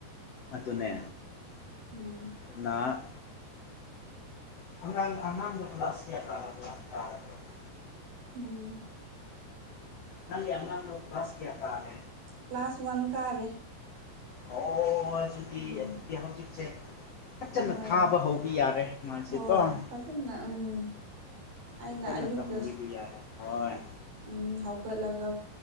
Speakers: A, on the left; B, on the right.
A: ꯑꯗꯨꯅꯦ
B: ꯎꯝ
A: ꯅꯅꯥ <unintelligible>
B: ꯎꯝ
A: ꯅꯪꯒꯤ ꯑꯉꯣꯟ ꯀ꯭ꯂꯥꯁ ꯀꯥꯅꯥ
B: ꯀ꯭ꯂꯥꯁ ꯋꯥꯟ ꯀꯥꯔꯦ
A: ꯑꯣ ꯑꯗꯨꯗꯤ
B: ꯎꯝ
A: ꯑꯗꯨꯗꯤ ꯍꯧꯖꯤꯛꯁꯦ ꯐꯖꯅ
B: ꯍꯣꯏ
A: ꯊꯥꯕ ꯍꯧꯕ ꯌꯥꯔꯦ ꯃꯥꯁꯦꯀꯣ
B: ꯍꯣꯏ ꯐꯖꯅ ꯎꯝ ꯑꯩꯅ
A: ꯐꯖꯅ
B: ꯑꯌꯨꯛꯇ
A: ꯇꯝꯕꯤꯕ ꯌꯥꯔꯦ ꯍꯣꯏ
B: ꯎꯝ ꯍꯧꯒꯠꯂꯒ